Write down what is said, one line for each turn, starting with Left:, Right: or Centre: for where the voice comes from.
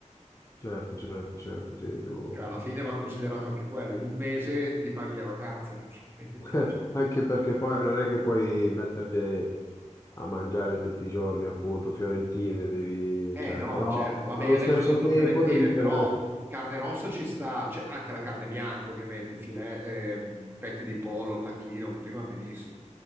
Left: certo, certo, certo, sì, devo-
Right: Cioè, alla fine va considerato anche quello, in un mese ti paghi le vacanze <laughs> praticamente.
Left: <laughs> Anche perché poi non è che puoi metterti a mangiare tutti i giorni, appunto, fiorentine, devi...
Right: Eh
Left: Cioè,
Right: no,
Left: però
Right: certo, vabbè
Left: allo
Right: io adesso
Left: stesso
Right: ho detto
Left: tempo
Right: fiorentine,
Left: devi prendere...
Right: però carne rossa ci sta, c'è anche la carne bianca ovviamente, filet, ehm, petti di pollo, tacchino, così va benissimo.